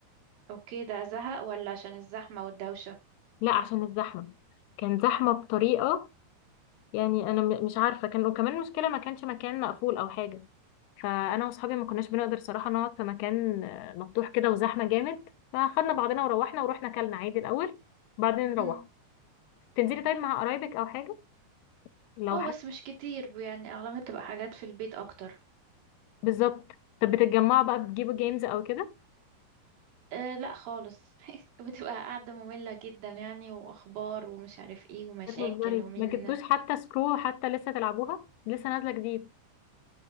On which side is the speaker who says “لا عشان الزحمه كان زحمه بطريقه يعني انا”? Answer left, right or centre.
Left